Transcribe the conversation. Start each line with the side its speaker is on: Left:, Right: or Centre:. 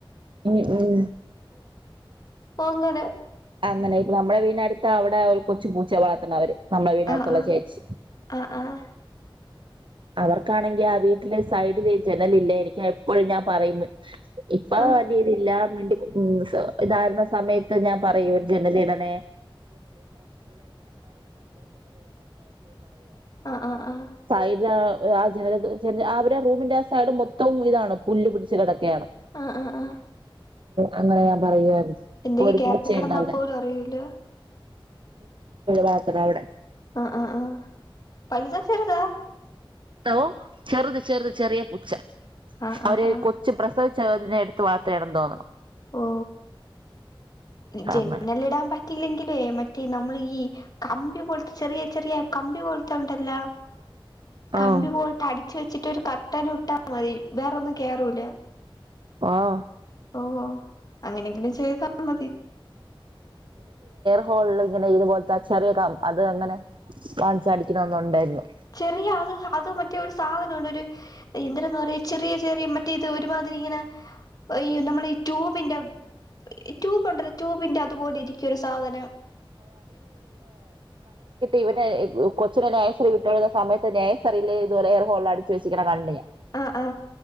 Right: ഉം ഉം
Left: അങ്ങനെ
Right: അങ്ങനെ ഇപ്പ നമ്മുടെ വീടിനടുത്ത് അവിടെ ഒരു കൊച്ചു പൂച്ചയേ വളർത്തണ് അവര് നമ്മളെ വീടിനടുത്തുള്ള
Left: ആ ആ
Right: ചേച്ചി
Left: ആ ആ ആ
Right: അവർക്കാണെങ്കിൽ ആഹ് വീട്ടിലെ സൈഡില് ജനലില്ലേ എനിക്ക് എപ്പഴും ഞാൻ പറയും ഇപ്പ
Left: ആ
Right: വലിയതില്ല <unintelligible> ഇതായിരുന്ന സമയത്ത് ഞാൻ പറയൊ പറയാറ്ന്ന്
Left: ആ ആ ആ
Right: സയിപ് ഹ <unintelligible> അവരെ റൂമിന്റെ ആ സൈഡ് മൊത്തവും ഇതാണ് പുല്ല് പിടിച്ച് കെടക്ക യാണ്
Left: ആ ആ ആ
Right: അങ്ങനെ ഞാൻ പറ യ്വാര്ന്നു
Left: എന്തെങ്കി
Right: ഒരു
Left: കേറി
Right: പൂച്ച
Left: കിടന്നാ
Right: ഉണ്ട് ഔടെ
Left: പോലും അറിയൂല
Right: വാത്രാ ഔടെ
Left: അഹ് ആഹ് ആഹ് പള്ളിലച ഒര് താ
Right: ത്തോ ചെറുത് ചെറ്ത് ചെറ്യേ പുച്ച
Left: ആഹ്
Right: അവര്
Left: ആഹ് ആഹ്
Right: കൊച്ചു പ്രസവിച്ച അതിനെ എടുത്തു വളർത്തിയാ ആണ് എന്ന് തോന്നണു
Left: ഓ ജന്നല്
Right: അങ്ങനെ
Left: ഇടാൻ പറ്റില്ലെങ്കിലേ മറ്റേ നമ്മൾ ഈ കമ്പി പോലത്തെ ചെറിയ ചെറിയ കമ്പി പോലത്തെ ഉണ്ടല്ല കമ്പി
Right: ആഹ്
Left: പോയിട്ട് അടിച്ചു വെച്ച് മറ്റൊ ഒരു കട്ടന ഇട്ടാൽ മതി വേറൊന്നും കേറൂല
Right: ആഹ്
Left: ഓഹോ അങ്ങനെ ഇങ്ങനും ചെയ്താ മതി
Right: ഹോ ഇങ്ങനെ ഇതുപോലത്തെ ചെറിയ ക അത് അങ്ങനെ വാങ്ങിച്ചാടിക്കണന്ന ഉണ്ടായിരുന്നു
Left: ചെറിയ അത് അത് മറ്റേ ഒരു സാധനം ഉണ്ട് ഒരു എന്തെര് പറയാ ചെറിയ ചെറിയ മറ്റേ ഇത് ഒരുമാതിരി ഇങ്ങനെ ഈ നമ്മള ട്യൂബിന്റെ ട്യൂബ് ട്യൂബിന്റെ അതുപോലെ ഇരിക്കും ഒരു സാധനം
Right: ഇവടെ കൊച്ചിനെ നേഴ്റി വിട്ടഴുന്ന സമയത്ത് നേഴ്റിയിൽ ഇതുപലെ എയർ ഹോള അടച്ച് വെച്ചിുന്ന കണ്ട്ുഞാൻ
Left: ആഹ ആഹ